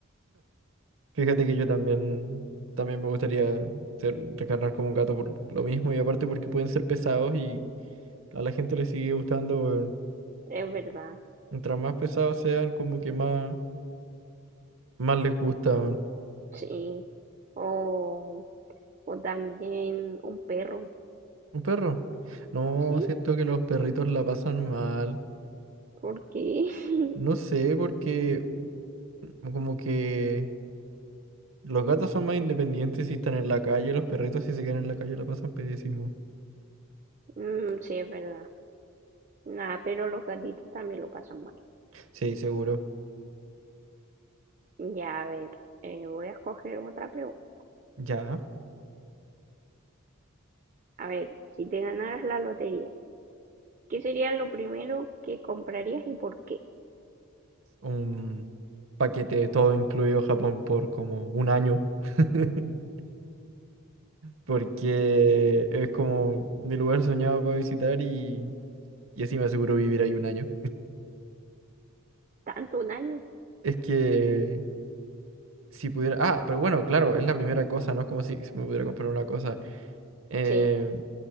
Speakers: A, on the right; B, on the right.
A: Fíjate que yo también, también me gustaría ser, reencarnar como un gato por lo mismo y aparte porque pueden ser pesados y a la gente le sigue gustando, weón.
B: Es verdad,
A: Mientras más pesados sean, como que más, más les gusta, weón.
B: sí. O, o también un perro,
A: ¿Un perro? No,
B: sí,
A: siento que los perritos la pasan mal.
B: porque <laughs>
A: No sé, porque como que los gatos son más independientes si están en la calle, los perritos si se quedan en la calle la pasan pésimo.
B: mm, sí, es verdad. Nada, pero los gatitos también lo pasan mal.
A: Sí, seguro.
B: Ya, a ver, eh, voy a escoger otra pregunta.
A: Ya,
B: A ver, si te ganaras la lotería, ¿qué sería lo primero que comprarías y por qué?
A: un paquete de todo incluido Japón por como un año. <laughs> Porque es como mi lugar soñado para visitar y, y así me aseguro vivir ahí un año.
B: ¿Tanto un año?
A: Es que Si pudiera. Ah, pero bueno, claro, es la primera cosa, ¿no? Es como si, si me pudiera comprar una cosa. Eh,
B: Sí,